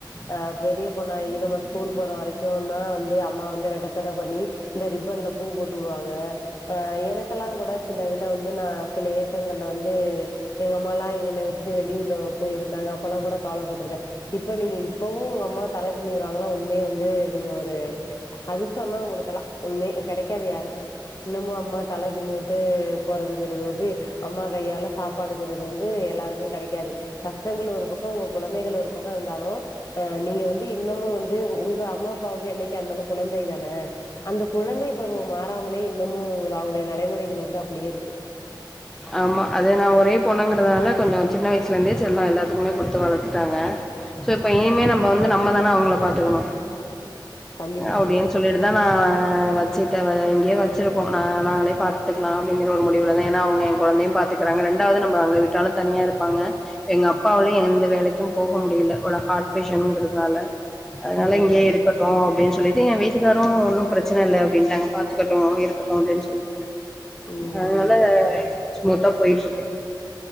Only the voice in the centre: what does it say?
ஆமா அதே நா ஒரே பொண்ணுங்கறதுனால கொஞ்சோ சின்ன வயசுலந்தே செல்லோ எல்லாத்துக்குமே குடுத்து வளத்துட்டாங்க சோ இப்ப இனிமே நம்ம வந்து நம்ம தானே அவங்கள பாத்துக்கணு
அப்டின் சொல்லிடுது அதா நா வெச்சுட்ட இங்கேயே வெச்சிருக்கோ நா நாங்களே பாத்துக்கலா அப்டிங்கிற ஒரு முடிவுலதா ஏனா அவுங்க என் கொழந்தையும் பாத்துக்கிறாங்க ரெண்டாவது நம்ம அங்க விட்டாலு தனியா இருப்பாங்க எங்க அப்பாவாலயு எந்த வேலைக்கும் போக முடியல ஒரு ஹார்ட் பெஷன்ங்கிறதுனால அதனால
இங்கேயே இருக்கட்டு அப்டின் சொல்லிட்டு என் வீட்டுக்காரு ஒன்னும் பிரச்சன இல்ல அப்டின்ட்டாங்க பாத்துக்கட்டு இருக்கட்டு அப்டின்னு சொல்ட்டாங்க
அதனால ஸ்மூத்தா போயிட்டு இருக்கு